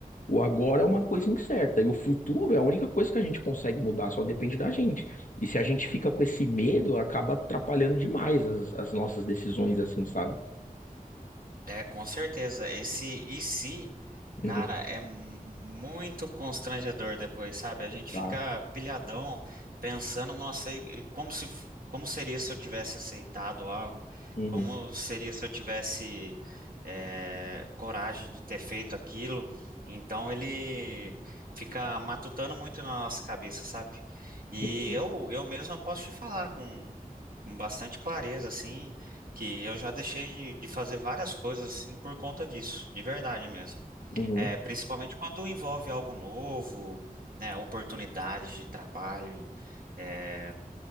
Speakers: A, on the left; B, on the right.
A: O agora é uma coisa incerta e o futuro é a única coisa que a gente consegue mudar, só depende da gente. E se a gente fica com esse medo, acaba atrapalhando demais as, as nossas decisões, assim, sabe?
B: É, com certeza. Esse e se, cara,
A: Uhum,
B: é mu- muito constrangedor depois, sabe? A gente
A: tá.
B: fica pilhadão pensando, nossa, e- e como se, f- como seria se eu tivesse aceitado algo?
A: Uhum,
B: Como seria se eu tivesse, é, coragem de ter feito aquilo? Então ele fica matutando muito na nossa cabeça, sabe? E
A: uhum,
B: eu, eu mesmo posso te falar com, com bastante clareza, assim que eu já deixei de, de fazer várias coisas assim por conta disso, de verdade mesmo.
A: uhum,
B: É, principalmente quando envolve algo novo, né, oportunidades de trabalho, é,